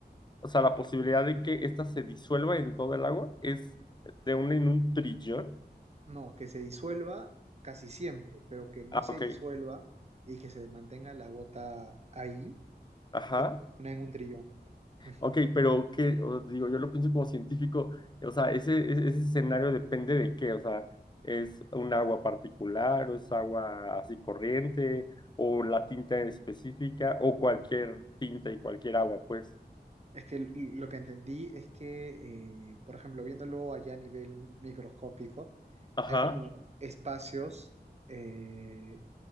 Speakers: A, on the left; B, on the right.
A: o sea, la posibilidad de que ésta se disuelva en todo el agua es de un en un trillón.
B: No, que se disuelva casi siempre, pero que no
A: Ah,
B: se
A: ok.
B: disuelva y que se mantenga la gota ahí,
A: Ajá.
B: eh, una en un trillón. Ujú.
A: Ok, pero que, digo, yo lo pienso como científico, o sea, ese, ese ese escenario depende de qué, o sea, es un agua particular, o es agua así corriente, o la tinta específica, o cualquier tinta y cualquier agua, pues.
B: Es que l- lo que entendí es que, eh, por ejemplo, viéndolo allá a nivel microscópico,
A: Ajá.
B: hay como espacios, eh,